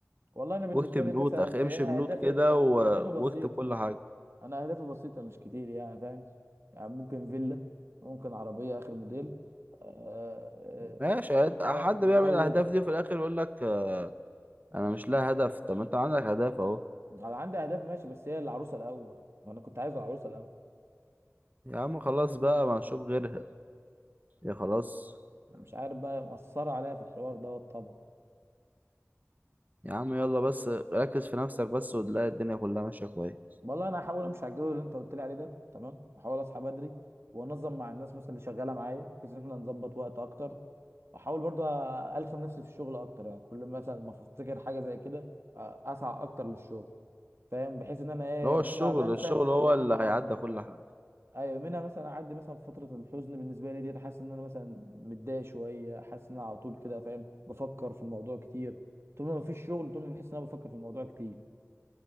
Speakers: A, on the right; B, on the right.
A: والله انا بالنسبه
B: واكتب
A: لي مثلا
B: نوت اخ امشي
A: ايه اهدافي
B: بنوت كده و...
A: اهدافي بسيطه
B: واكتب كل حاجه
A: انا اهدافي بسيطه مش كتير يعني فاهم يعني ممكن فيلا ممكن عربيه اخر موديل اه
B: ماشي هت-
A: اه
B: حد
A: آه، اتجوز
B: بيعمل الاهداف دي وفي الاخر يقول لك آه، انا مش لها هدف طب ما انت عندك هدف اهو
A: انا عندي اهداف ماشي بس هي العروسه الاول وانا كنت عايز العروسه الاول
B: يا عم خلاص بقى ما نشوف غيرها يا خلاص
A: أنا مش عارف بقى مأثره عليا في الحوار دوت طبعا
B: يا عم يلا بس ركز في نفسك بس وتلاقي الدنيا كلها ماشيه كويس
A: والله انا هحاول امشي على الجدول اللي انت قلت لي عليه ده تمام هحاول اصحى بدري وانظم مع الناس مثلا اللي شغاله معايا بحيث ان احنا نظبط وقت اكتر احاول برضه الخم نفسي في الشغل اكتر يعني كل مثلا ما افتكر حاجه زي كده آه، اسعى اكتر للشغل فاهم بحيث ان انا ايه
B: هو
A: منها
B: الشغل
A: بنسى
B: الشغل هو
A: ومنها
B: اللي
A: اه
B: هيعدي كل حاجه
A: ايوه منها مثلا اعدي مثلا فتره الحزن بالنسبه لي ديت حاسس ان انا مثلا متضايق شويه حاسس ان انا على طول كده فاهم بفكر في الموضوع كتير طول ما مفيش شغل طول ما بحس ان انا بفكر في الموضوع كتير